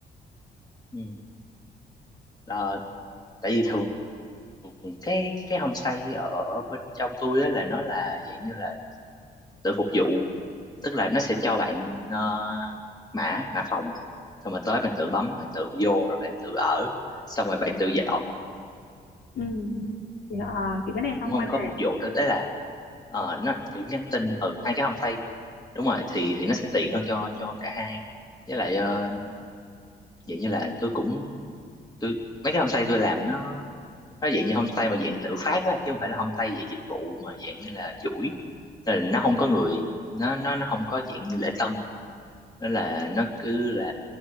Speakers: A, on the left; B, on the left.
A: ừ. Ờ, tại vì thường cái cái homestay ở bên trong tôi á là nó là dạng như là tự phục vụ tức là nó sẽ cho bạn ờ, mã mã phòng xong rồi tới bạn tự bấm bạn tự vô rồi bạn tự ở xong rồi bạn tự dọn
B: ừ thì, à, kiểu cái này thông
A: cũng không
B: minh
A: có
B: này
A: phục vụ đâu đấy là ờ, nó kiểu nhắn tin ở hai cái homestay cơ. đúng rồi thì thì nó sẽ tiện hơn cho cho cả hai với lại ờ, vậy như là tôi cũng tôi mấy cái homestay tôi làm nó nó dạng như homestay mà dạng tự phát á chứ không phải là homestay dạng dịch vụ mà dạng như là chuỗi Nên là nó không có người nó nó nó không có dạng như lễ tân nó là nó cứ là